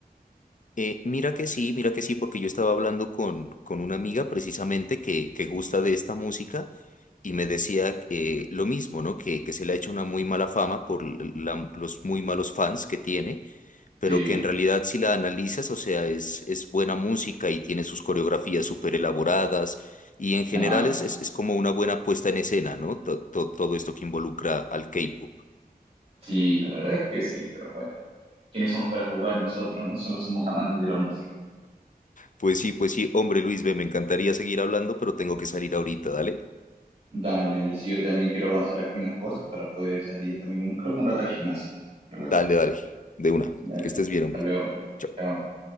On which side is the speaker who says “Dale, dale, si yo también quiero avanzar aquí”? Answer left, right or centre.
Right